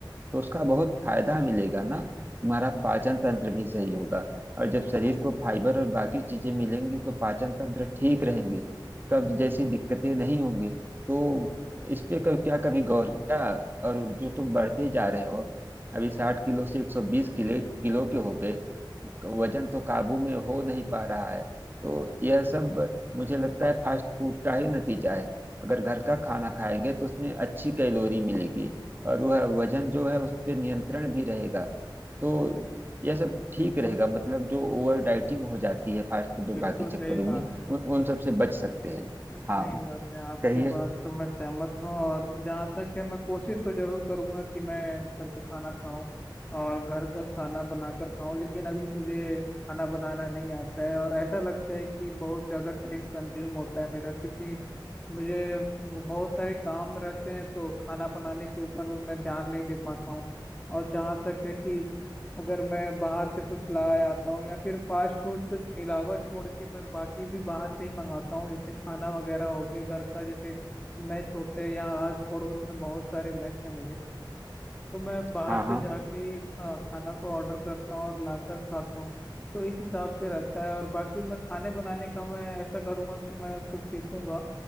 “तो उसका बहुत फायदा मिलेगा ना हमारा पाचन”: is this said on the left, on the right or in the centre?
Right